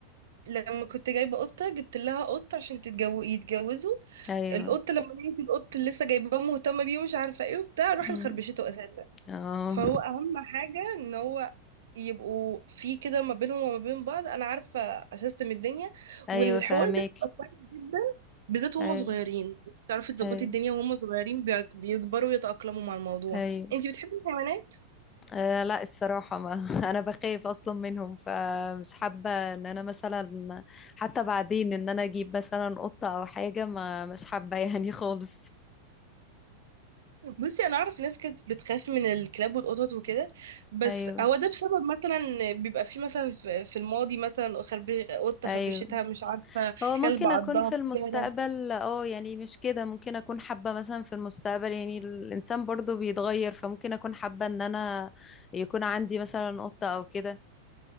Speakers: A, on the right; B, on the left.
A: لما كنت جايبه قطه جبت لها قط عشان تتجو يتجوزوا
B: ايوه
A: القط لما لقيت القط اللي لسه جايباه مهتمه بيه ومش عارفه ايه وبتاع راحت
B: أمم.
A: خربشته اساسا
B: اه
A: فهو اهم حاجه ان هو يبقوا في كده ما بينهم وما بين بعض انا عارفه اسستم الدنيا
B: ايوه
A: والحوار
B: فهمك
A: ده بيبقى كويس جدا بالذات وهم
B: ايوه
A: صغيرين تعرفي تظبطي
B: ايوه
A: الدنيا وهم صغيرين بيع- بيكبروا ويتأقلموا مع الموضوع
B: ايوه
A: انتي بتحبي الحيوانات
B: آه لا الصراحه ما <laughs> انا بخاف اصلا منهم فمش حابه ان انا مثلا حتى بعدين ان انا اجيب مثلا قطه او حاجه ما مش حابه يعني خالص
A: بصي انا اعرف ناس كانت بتخاف من الكلاب والقطط وكده بس
B: ايوه
A: هو ده بسبب مثلا بيبقى فيه مثلا في في الماضي مثلا خرب... قطه
B: ايوه
A: خربشتها مش عارفه
B: هو ممكن
A: كلب عضها
B: اكون في
A: في
B: المستقبل
A: الشارع
B: اه يعني مش كده ممكن اكون حابه مثلا في المستقبل يعني الانسان برضو بيتغير فممكن اكون حابه ان انا يكون عندي مثلا قطه او كده